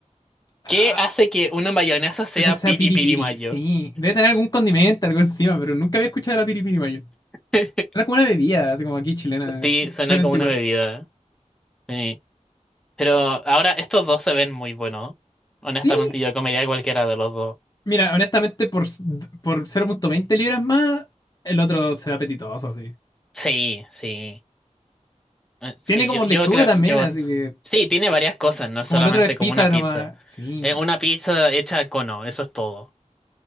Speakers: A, on the left (about 30°); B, in the centre.
A: ah,
B: ¿Qué hace que una mayonesa sea
A: Esa sea
B: piri
A: piripiri,
B: piri mayo?
A: sí. Debe tener algún condimento, algo encima, pero nunca había escuchado la piripiri mayo.
B: <laughs>
A: Era como una bebida, así como aquí chilena,
B: Sí, suena
A: súper antigua.
B: como una bebida. Sí. Pero ahora estos dos se ven muy buenos. Honestamente,
A: Sí,
B: yo comería cualquiera de los dos.
A: mira, honestamente, por, s- por cero punto veinte libras más, el otro se ve apetitoso, así.
B: Sí, sí. Eh, Sí,
A: Tiene como
B: yo, yo
A: lechuga
B: creo,
A: también,
B: yo...
A: así que
B: Sí, tiene varias cosas, no es
A: como
B: solamente
A: el otro es pizza
B: como una
A: nomás.
B: pizza.
A: Sí.
B: Eh, una pizza hecha cono, eso es todo.